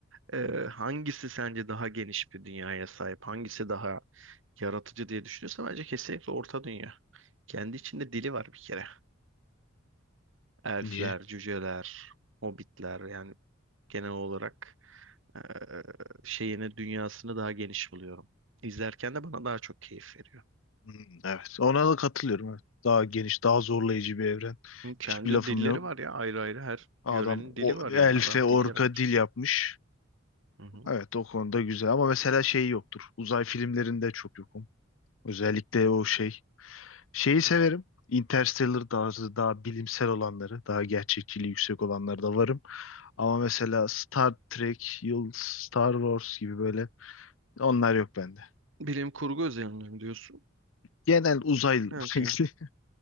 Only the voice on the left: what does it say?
Niye?
Hmm, Evet. Ona da katılıyorum. Evet. Daha geniş, daha zorlayıcı bir evren.
Hiçbir lafım
yok.
Adam o
elfe,
orka
dil yapmış.
Evet, o konuda güzel ama mesela şey yoktur. Uzay filmlerinde çok yokum. Özellikle o şey. Şeyi severim. Interstellar tarzı daha bilimsel olanları, daha gerçekçiliği yüksek olanları da varım. Ama mesela Star Trek, Yıl Star Wars gibi böyle onlar yok bende.
Genel uzay,
<laughs>